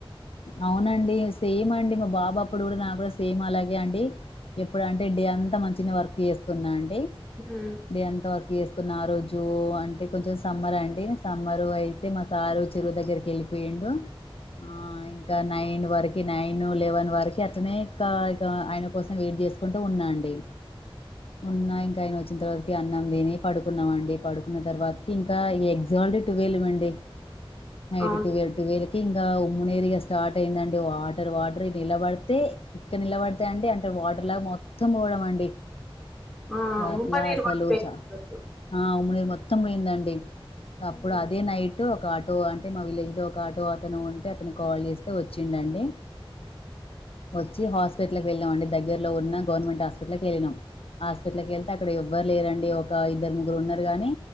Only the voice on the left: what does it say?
అవునండి సేమ్ అండి మా బాబు అప్పుడు కూడా నా కూడా సేమ్ అలాగే అండి ఎప్పుడు అంటే డే అంత మంచినే వర్క్ చేసుకున్నా అండి
డే అంత వర్క్ చేసుకున్న ఆ రోజు అంటే కొంచెం సమ్మర్ అండి సమ్మరు అయితే మా సారు చెరువు దగ్గరికి వెళ్ళిపోయిండు ఆ ఇంకా నైన్ వరకి నైన్ లెవెన్ వరకి అట్లనే ఇంకా ఇక ఆయన కోసం వెయిట్ చేసుకుంట ఉన్నా అండి ఉన్నా ఇంకా ఆయన వచ్చిన తర్వాతకి అన్నం దని పడుకున్నాం అండి పడుకున్న తర్వాతకి ఇంకా ఈ ఎగ్జా <unintelligible> ట్వెల్వ్ అండి నైట్
టువెల్ టువేల్కి ఇంగ ఉమ్మనీరు ఇగ స్టార్ట్ అయిందండి వాటర్ వాటర్ నిలబడితే ఇక్క నిలబడ <unintelligible> వాటర్ లాగ మొత్తం పోవడమండి
అట్లా
అసలు
చ
ఆ ఉమ్మ నిరు మొత్తం పోయిందండి అప్పుడు
అదే నైటు ఒక ఆటో అంటే మా విలేజ్ లో ఒక ఆటో అతను ఉంటే అతను కాల్ జేస్తే ఒచ్చిండు అండి వచ్చి హాస్పిటల్కి వెళ్ళినాం అండి దగ్గరలో ఉన్న గవర్నమెంట్ హాస్పిటల్కి వెళ్ళినాం హాస్పిటల్కి వెళ్తే అక్కడ ఎవ్వరు లేరండి ఒక ఇద్దరు ముగ్గురు ఉన్నారు గాని